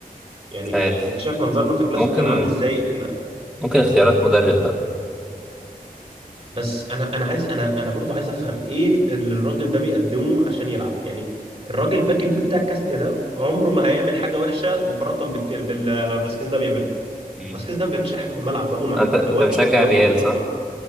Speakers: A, on the right (about 40°); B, in the centre.
A: يعني
B: مش عارف
A: انت شايف منظرنا في كلاسيكو
B: ممكن
A: كان عامل ازاي احنا
B: ممكن اختيارات مدرب بقى
A: بس انا انا عايز انا انا برضو عايز افهم ايه اللي الراجل ده بيقدمه عشان يلعب يعني الراجل الباك اليمين بتاع كاستيا ده عمره ما هيعمل حاجه وحشه مقارنه بك- بال فاسكيز ده بيعملها
B: مم.
A: فاسكيز ده ما بيعملش اي حاجه في الملعب ده قمع
B: انت
A: يعني
B: انت
A: واقف
B: بتشجع
A: فاضي
B: الريال
A: مكانه
B: صح؟
A: فاضي